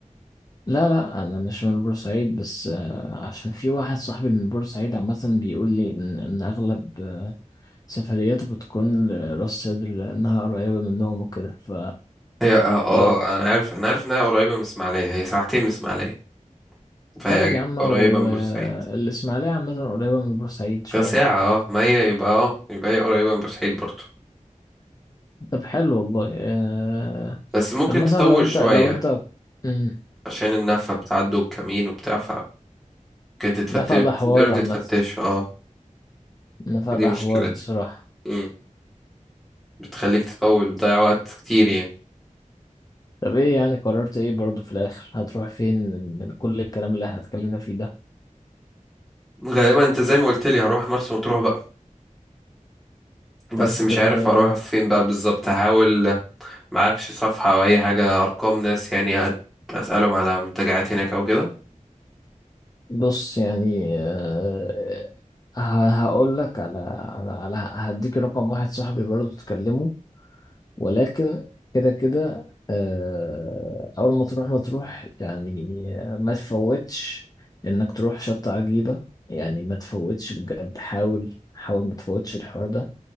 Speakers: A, on the left (about 30°); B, in the centre.
A: لا لا انا مش من بورسعيد بس آه، عشان في واحد صاحبي من بورسعيد عامه بيقول لي ان إن اغلب آه، سفرياته بتكون لراس سدر لانها قريبه منهم وكده ف
B: هي اه
A: فلو
B: آه، انا عارف انا عارف انها قريبه من اسماعيليه هي ساعتين من اسماعيليه فهي
A: طيب يا عم والاسماعيليه
B: قريبه من بورسعيد
A: عامه قريبه من بورسعيد شويه
B: ده ساعة اه ما هي يبقى اه يبقى هي قريبة من بورسعيد برضو
A: طب حلو والله آه،
B: بس ممكن
A: طب مثلا
B: تطول
A: لو انت
B: شوية
A: لو انت مم،
B: عشان النفق بتعدوا الكمين وبتاع فممكن تتفتش
A: نفق ده
B: بتنزلوا
A: حوار
B: تتفتشوا
A: عامه
B: اه
A: نفق ده
B: دي مشكلتها
A: حوار بصراحه
B: مم. بتخليك تطول بتضيع وقت كتير يعني
A: طب ايه يعني قررت ايه برضو في الاخر هتروح فين من, من كل الكلام اللي هتكلمنا فيه ده
B: غالبا انت زي ما قلت لي هروح مرسى مطروح بقى بس
A: طب
B: مش
A: آه،
B: عارف اروح فين بقى بالظبط هحاول معكش صفحة او اي حاجة ارقام ناس يعني أت- اسألهم على منتجعات هناك او كده
A: بص يعني آه، ه- هقول لك على على على هديك رقم واحد صاحبي برضو تكلمه ولكن كده كده آه، اول ما تروح ما تروح يعني آه، ما تفوتش انك تروح شط عجيبة يعني ما تفوتش بجد حاول حاول ما تفوتش الحوار ده